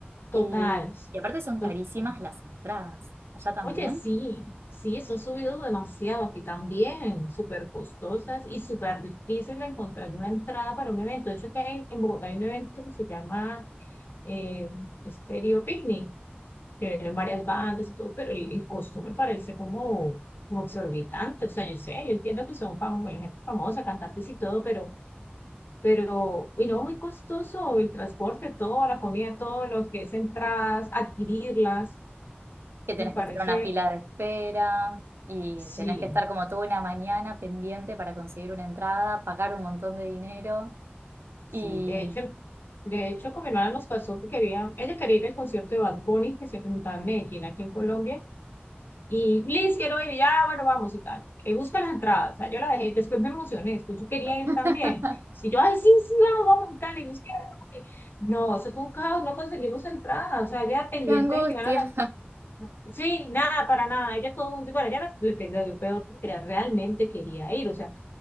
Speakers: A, on the left; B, on the right.
A: total,
B: Y, y aparte son
A: total.
B: carísimas las entradas. ¿Allá también?
A: Oye, sí, sí, son subidos demasiado y también súper costosas y súper difícil de encontrar una entrada para un evento. De hecho, que hay- en Bogotá hay un evento que se llama eh, Stereo Picnic, que tienen varias bandas y todo, pero el, el costo me parece como, como exorbitante. O sea, yo sé, yo entiendo que son fam- bueno, gente famosa, cantantes y todo, pero, pero, y no, muy costoso el transporte, todo, la comida, todo lo que es entradas, adquirirlas,
B: que tenés
A: me parece.
B: que estar en una fila de espera y
A: Sí,
B: tenés que estar como toda una mañana pendiente para conseguir una entrada, pagar un montón de dinero y
A: Sí, de hecho, de hecho, con mi hermana nos pasó que quería, ella quería ir al concierto de Bad Bunny que se presentaba en Medellín, aquí en Colombia, y Liz, quiero ir, y ya, bueno, vamos y tal. Eh, busca las entradas, o sea, yo la dejé, después me emocioné, después yo quería ir
B: <laughs>
A: también. Si yo, ay, sí, sí, vamos, vamos y tal, y busqué, y- no, eso fue un caos, no conseguimos entradas, o sea, ella pendiente
B: qué angustia.
A: de que van a las, sí, nada, para nada, ella todo el mundo, bueno, ella le, le, dio peor, porque ella realmente quería ir, o sea,